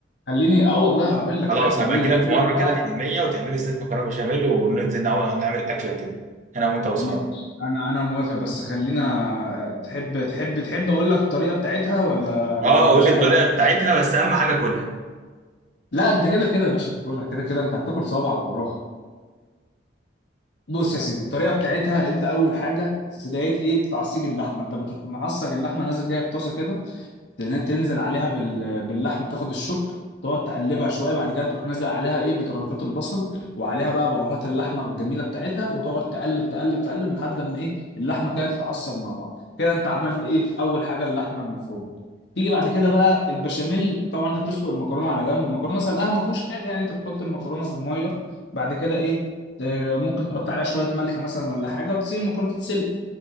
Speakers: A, on the left (about 70°); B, on the right (about 40°).
A: خليني اه والله هعمل لك
B: خلاص
A: حاجه جميله
B: هبقى اجي
A: اقول
B: لك في
A: لك
B: مره
A: بقى
B: كده الحلميه وتعمل لي صينيه مكرونه بشاميل وننزل نعمل نعمل اكله كده انا وانت واصحابي
A: ماشي انا انا موافق بس خلينا آه، تحب تحب تحب اقول لك الطريقه بتاعتها ولا ولا
B: اه قول
A: مش
B: لي
A: عايز
B: الطريقه بتاعتها بس اهم حاجه كلها
A: لا انت كده كده يا باشا هتاكلها كده كده انت هتاكل صوابعك وراها بص يا سيدي الطريقه بتاعتها انت اول حاجه بدايه ايه تعصيج اللحمه انت بتروح معصج اللحمه نازل جايب طاسه كده تن- تنزل عليها بال... باللحمه تاخد الشوك تقعد تقلبها شويه بعد كده تروح نازل عليها ايه بترنفات البصل وعليها بقى بهارات اللحمه الجميله بتاعتها وتقعد تقلب تقلب تقلب لحد ما ايه اللحمه كده تتعصب مع بعض كده انت عملت ايه اول حاجه اللحمه المفرومه تيجي بعد كده بقى البشاميل طبعا انت بتسلق المكرونه على جنب المكرونه سلقها ما فيهوش حاجه يعني انت بتحط المكرونه في الميه بعد كده ايه ت- ممكن تحط عليها شويه ملح مثلا ولا حاجه وتسيب المكرونه تتسلق